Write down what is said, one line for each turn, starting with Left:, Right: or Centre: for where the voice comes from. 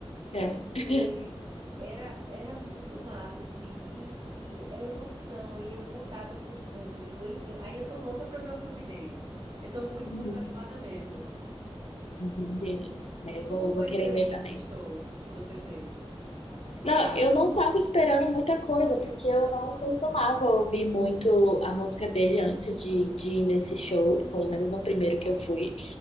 Left: É. <laughs>
Right: Porque era, era muito massa, assim, e, e é emoção, e é o contato com o público, enfim, aí eu tô louca pra ver o filme dele. Eu tô muito,
Left: Uhum,
Right: muito animada mesmo.
Left: entendi. É,
Right: E
Left: vou,
Right: como foi
Left: vou
Right: a
Left: querer
Right: experiência
Left: ver também.
Right: no show que você teve?
Left: Não, eu não tava esperando muita coisa, porque eu não costumava ouvir muito a música dele antes de, de ir nesse show, pelo menos no primeiro que eu fui.